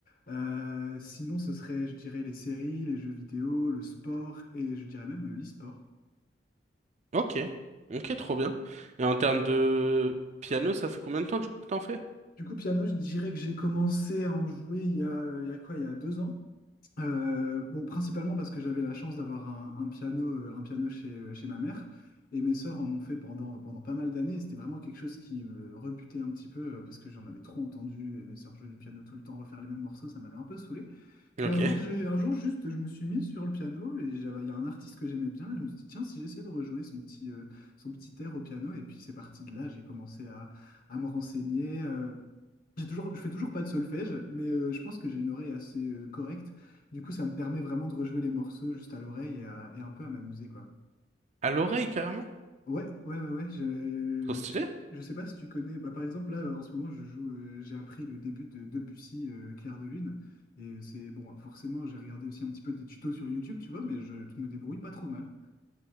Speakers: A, on the left; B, on the right.
A: Euh, sinon, ce serait, je dirais, les séries, les jeux vidéo, le sport et je dirais même euh, l'e-sport.
B: Ok, ok, trop bien. Et en termes de piano, ça fait combien de temps du coup que t'en fais?
A: Du coup, piano, je dirais que j'ai commencé à en jouer il y a, il y a quoi, il y a deux ans. Euh, bon, principalement parce que j'avais la chance d'avoir un, un piano, euh, un piano chez, euh, chez ma mère, et mes sœurs en ont fait pendant, pendant pas mal d'années, et c'était vraiment quelque chose qui me rebutait un petit peu, euh, parce que j'en avais trop entendu, et mes sœurs jouaient du piano tout le temps, refaire les mêmes morceaux, ça m'avait un peu saoulé. Puis
B: Ok.
A: un jour,
B: <laughs>
A: j'ai, un jour juste, je me suis mis sur le piano, et j'avais- il y a un artiste que j'aimais bien, et je me suis dit, tiens, si j'essaie de rejouer son petit, euh, son petit air au piano, et puis c'est parti de là, j'ai commencé à, à me renseigner. euh, j'ai toujours, je fais toujours pas de solfège, mais euh, je pense que j'ai une oreille assez euh, correcte du coup, ça me permet vraiment de rejouer les morceaux juste à l'oreille et, à- et un peu à m'amuser, quoi.
B: À l'oreille carrément?
A: Ouais, ouais, ouais, ouais. Je,
B: Trop stylé.
A: je, je sais pas si tu connais. Bah, par exemple, là, euh, en ce moment, je joue. euh, j'ai appris le début de Debussy, euh, Clair de Lune. Et euh, c'est bon, forcément, j'ai regardé aussi un petit peu des tutos sur YouTube, tu vois, mais je me débrouille pas trop mal.